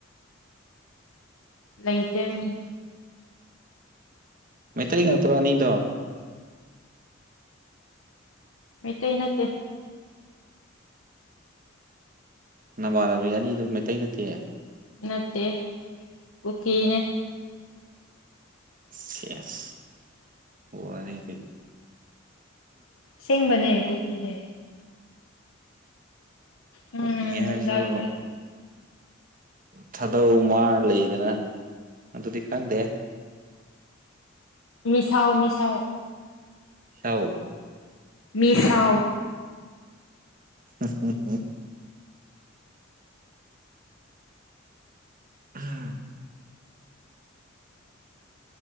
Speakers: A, on the left; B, on the right.
A: ꯂꯩꯇꯦ ꯎꯝ
B: ꯃꯩꯇꯩ ꯉꯥꯛꯇ꯭ꯔꯣ ꯑꯅꯤꯗꯣ
A: ꯃꯩꯇꯩ ꯅꯠꯇꯦ
B: ꯅꯃꯥꯟꯅꯕꯤ ꯑꯅꯤꯗꯨ ꯃꯩꯇꯩ ꯅꯠꯇꯦꯌꯦ
A: ꯅꯠꯇꯦ ꯀꯨꯀꯤꯅꯦ
B: ꯁꯤꯌꯦꯁ ꯋꯥꯔꯤꯗꯤ
A: ꯑꯁꯦꯡꯕꯅꯦ ꯀꯨꯀꯤꯅꯦ ꯎꯝ
B: ꯀꯨꯀꯤꯡ ꯍꯥꯏꯔꯖꯨ
A: ꯍꯤꯗꯥꯛ
B: ꯊꯥꯗꯧ ꯃꯥ ꯂꯩꯌꯦꯗꯅ ꯑꯗꯨꯗꯤ ꯈꯪꯗꯦ
A: ꯃꯤꯁꯥꯎ ꯃꯤꯁꯥꯎ
B: ꯃꯤꯁꯥꯎ
A: ꯃꯤꯁꯥꯎ
B: <unintelligible> ꯎꯝ